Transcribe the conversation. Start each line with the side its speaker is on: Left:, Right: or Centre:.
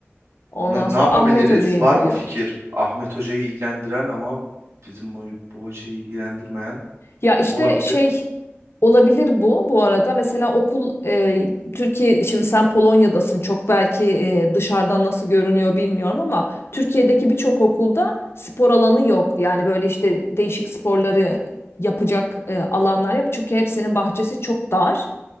Left: Ondan
Right: ne,
Left: sonra
Right: ne yapabiliriz?
Left: Ahmet Hoca'ya
Right: Var
Left: gidiyor.
Right: mı fikir? Ahmet Hoca'yı ilgilendiren ama bizim bu, bu hocayı ilgilendirmeyen
Left: Ya işte
Right: ne olabilir?
Left: şey olabilir bu bu arada. Mesela okul e, Türkiye şimdi sen Polonya'dasın çok belki e, dışarıdan nasıl görünüyor bilmiyorum ama Türkiye'deki birçok okulda spor alanı yok. Yani böyle işte değişik sporları yapacak e, alanlar yok. Çünkü hepsinin bahçesi çok dar.